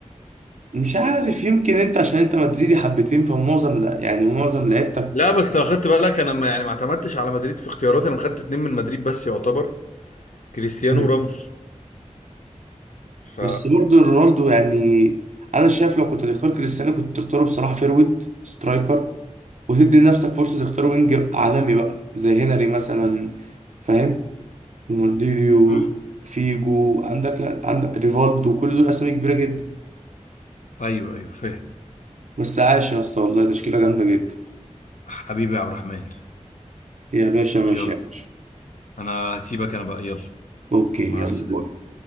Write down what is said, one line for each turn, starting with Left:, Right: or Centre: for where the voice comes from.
Right: مش عارف يمكن انت عشان انت مدريدي حبتين فمعظم لا يعني معظم لعيبتك
Left: لا بس لو خدت بالك انا ما يعني ما اعتمدتش على مدريد في اختياراتي انا خدت اتنين من مدريد بس يعتبر كريستيانو
Right: مم.
Left: وراموس ف
Right: بس برضه رونالدو يعني انا شايف لو كنت هتختار كريستيانو كنت تختاره بصراحه فيرويد سترايكر وتدي لنفسك فرصه تختار وينج عالمي بقى زي هنري مثلا فاهم رونالدينيو
Left: مم.
Right: فيجو عندك لا عندك ريفالدو كل دول اسامي كبيره جدا بدا
Left: ايوه ايوه فاهم
Right: بس عاش يا اسطى والله تشكيله جامده جدا
Left: حبيبي يا عبد الرحمن
Right: يا باشا ماشي
Left: يلا
Right: يا باشا
Left: انا هسيبك انا بقى يلا
Right: اوكي
Left: مع
Right: يلا
Left: السلامة
Right: باي.